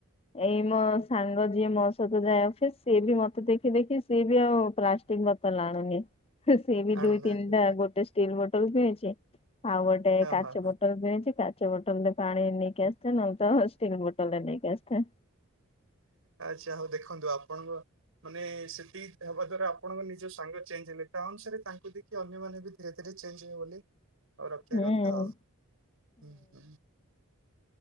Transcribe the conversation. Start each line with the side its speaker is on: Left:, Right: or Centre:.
Left: ଏଇ ମୋ ସାଙ୍ଗ ଯିଏ ମୋ ସହିତ ଯାଏ ଅଫିସ୍ ସିଏ ବି ମତେ ଦେଖି ଦେଖି ସିଏ ବି ଆଉ ପା ତିନ୍ ବୋତଲ ଆଣୁନି। ହଁଃ ସେ ବି
Right: ଆଣୁନାହାନ୍ତି
Left: ଦୁଇ ତିନିଟା ଗୋଟେ ଷ୍ଟିଲ୍ ବୋଟଲ ପିଇଛି। ଆଉ ଗୋଟେ
Right: ହଁ
Left: କାଚ
Right: ହଁ ହଁ
Left: ବୋଟଲ ପିଉଛି। କାଚ ବୋଟଲରେ ପାଣି ନେଇକି ଆସିଛି। ନହେଲେ ତ ଷ୍ଟିଲ୍ ବୋଟଲରେ ନେଇକି ଆସିଥାଏ।
Right: ଆଚ୍ଛା ହଉ ଦେଖନ୍ତୁ ଆପଣଙ୍କ ମାନେ ସେଠି ହେବା ଦ୍ଵାରା ଆପଣଙ୍କ ନିଜ ସାଙ୍ଗ ଚେଞ୍ଜ ହେଲେ। ତା ଅନୁସାରେ ତାଙ୍କୁ ଦେଖି ଅନ୍ୟମାନେ ବି ଧୀରେ ଧୀରେ ଚେଞ୍ଜ ହେବେ ବୋଲି ଆଉ ରଖିବା
Left: ହୁଁ
Right: କଥା ଆଉ। ହୁଁ ହୁଁ।